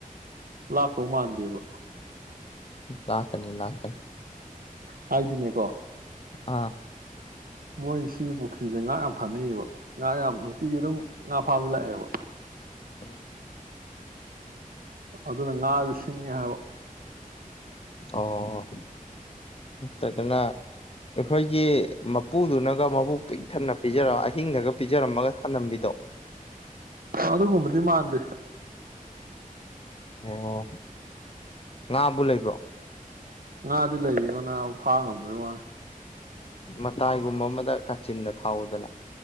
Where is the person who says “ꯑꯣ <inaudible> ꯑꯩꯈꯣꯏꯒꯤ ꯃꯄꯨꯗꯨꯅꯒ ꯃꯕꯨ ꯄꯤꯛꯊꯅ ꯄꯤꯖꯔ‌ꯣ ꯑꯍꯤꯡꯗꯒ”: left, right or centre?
Left